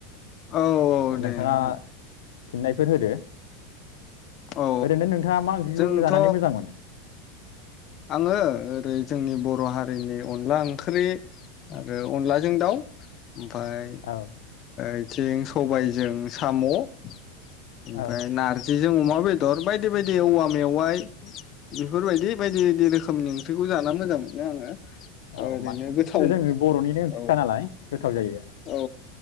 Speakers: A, on the left; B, on the left.
A: औ औ दे
B: नोंथाङा
A: नों
B: फिननायफोर होदो।
A: औ
B: ओरैनो नोंथाङा मा ओंख्रिखौ
A: जोंथ'
B: जानानै मोजां मोनो?
A: आङो ओरै जोंनि बर हारिनि अनला ओंख्रि आरो अनलाजों दाउ। ओमफाय
B: औ
A: योद थिं सबायजों साम। ओमफ्राय
B: औ
A: नारजि। जों अमा बेदर बायदि बायदि औवा मेवाइ बेफोरबायदि। बायदि बायदि रोखोमनि ओंख्रिखौ जाना मोजां मोनो आङो। ओरैनो
B: औ मानोना
A: गोथाव
B: इफोर
A: मोनो
B: जोङो बरनिनो ओंथिखा
A: औ
B: नालाय गोथाव जायो।
A: औ